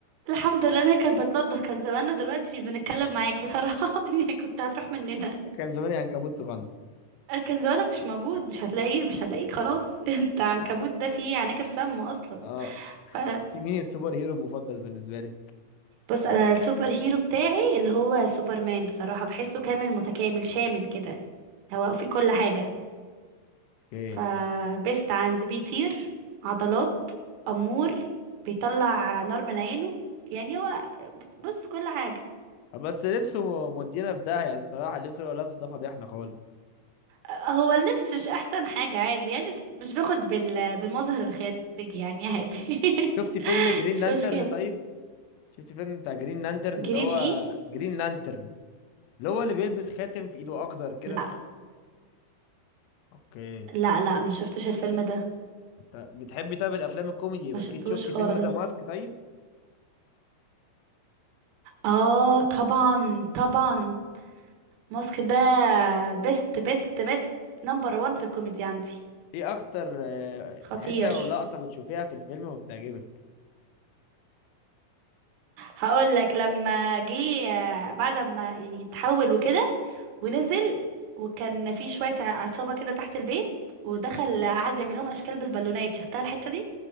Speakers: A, on the right (about 80°); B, on the left (about 85°).
A: الحمد لله انا كانت بتنضف كان زماننا دلوقتي بنتكلم معاك بصراحه <laughs> يعني كنت هتروح مننا
B: كان زماني عنكبوت صغنن
A: آه، كان زمانك مش موجود مش هتلاقيه مش هتلاقيك خلاص <laughs> انت عنكبوت ده فيه عناكب سامة اصلا
B: اه
A: ف...
B: انت مين السوبر هيرو المفضل بالنسبه لي
A: بص انا السوبر هيرو بتاعي اللي هو سوبرمان بصراحة بحسه كامل متكامل شامل كده هو فيه كل حاجة
B: ايه
A: فبست عندي بيطير عضلات أمور بيطلع نار من عينه يعني هو بص كل حاجة
B: بس لبسه مودينا في داهيه الصراحه اللبس اللي هو لابسه ده فضيحنا خالص
A: هو اللبس مش احسن حاجة عادي يعني بس مش باخد بال... بالمظهر الخارجي يعني عادي <laughs>
B: شفتي فيلم جرين
A: مش
B: لانترن
A: مشكلة
B: طيب شفت فيلم بتاع جرين لانترن
A: جرين
B: اللي هو
A: ايه
B: جرين لانترن اللي هو اللي بيلبس خاتم في ايده اخضر كده
A: لا
B: اوكي
A: لا لا ما شفتش الفيلم ده
B: ط- بتحبي طيب الافلام الكوميدي يبقى
A: ما شفتوش
B: اكيد شفتي
A: خالص
B: فيلم ذا ماسك طيب
A: اه طبعا طبعا ماسك ده بيست بيست بيست نمبر وان في الكوميدي عندي
B: ايه اكتر آه،
A: خطير
B: حته ولقطه بتشوفيها في الفيلم وبتعجبك
A: هقول لك لما جه آه، بعد ما يعني اتحول وكده ونزل وكان في شوية ع- عصابة كده تحت البيت ودخل قعد يعمل لهم اشكال بالبالونات شفتها الحتة دي